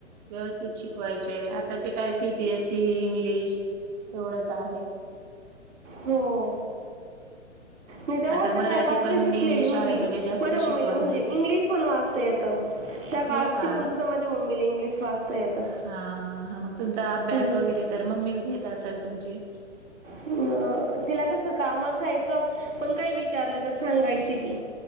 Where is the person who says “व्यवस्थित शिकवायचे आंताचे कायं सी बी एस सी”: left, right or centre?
Right